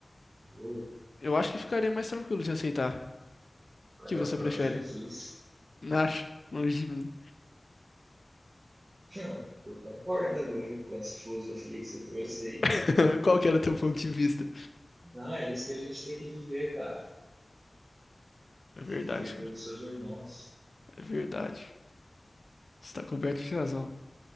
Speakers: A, on the right; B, on the left.
A: Uou, o
B: eu acho que ficaria mais tranquilo de aceitar.
A: cara
B: O que você
A: é o próprio
B: prefere?
A: Jesus.
B: Não acho, longe de mim.
A: Cara, eu concordo agora com essa filosofia que você trouxe aí.
B: <laughs> Qual que era o teu ponto de vista?
A: Não, é isso que a gente tem que viver, cara.
B: É
A: Tem
B: verdade,
A: que viver pelos
B: cara.
A: seus irmãos.
B: É verdade. Você tá coberto de razão.